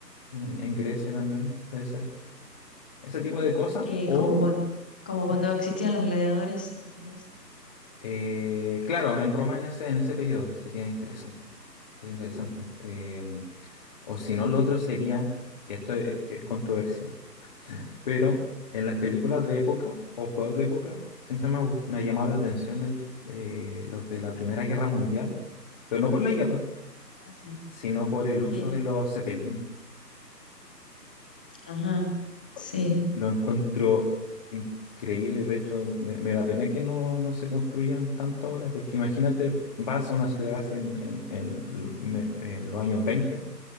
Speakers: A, on the left; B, in the centre.
A: en, en Grecia también, puede ser. Ese tipo de cosas,
B: eh,
A: o...
B: como, cuan- como
A: ¿Mm?
B: cuando existían los gladiadores, decís vos.
A: Eh, claro, en Roma en ese, en ese periodo sería interesante. Sería
B: Ujú.
A: interesante. Em, o si no, lo otro sería, y esto es, es controversial, pero en las películas de época o juegos de época siempre me ha, gust- me ha llamado la atención el, eh, los de la Primera Guerra Mundial, pero no por la guerra,
B: Ah, sí.
A: sino por el uso
B: Sí,
A: de los cepelines.
B: ajá, sí,
A: Y Lo encuentro increíble, de hecho, me, me da pena que no, no se construyan tanto ahora, porque imagínate, vas a una ciudad así en, en- en lo- me- me- en los años 20